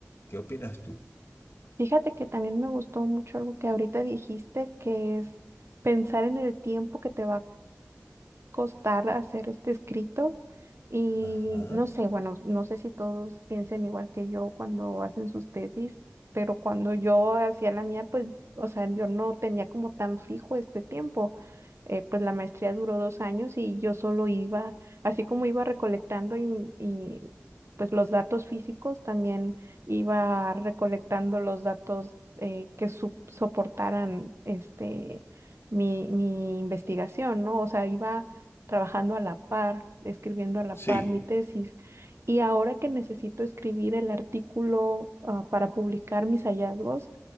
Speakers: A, on the left; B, on the right.
A: ¿Qué opinas tú?
B: Fíjate que también me gustó mucho algo que ahorita dijiste, que es pensar en el tiempo que te va costar hacer este escrito y
A: Ajá.
B: no sé, bueno, no sé si todos piensen igual que yo cuando hacen sus tesis, pero cuando yo hacía la mía, pues, o sea, yo no tenía como tan fijo este tiempo. Eh, pues la maestría duró dos años y yo solo iba, así como iba recolectando y, y, pues los datos físicos, también iba recolectando los datos eh, que sup- soportaran este mi, mi investigación, ¿no? O sea, iba trabajando a la par, escribiendo a la par
A: Sí,
B: mi tesis. Y ahora que necesito escribir el artículo, ah, para publicar mis hallazgos,